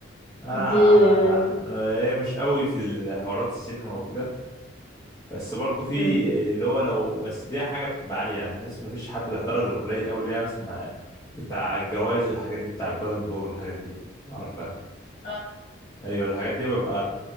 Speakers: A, on the left (about 15°); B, on the left (about 35°).
A: انا
B: دي آه،
A: انا إيه مش قوي في الحوارات السينما وكده بس برضه في
B: مم.
A: اللي هو لو بس دي حاجه بتبقى عاليه يعني الناس ما فيش حد بيحضرها غير قليل قوي اللي هي مثلا بتاع الجوائز والحاجات دي بتاع البالون دور والحاجات دي لو عارفها
B: آه،
A: ايوه الحاجات دي ببقى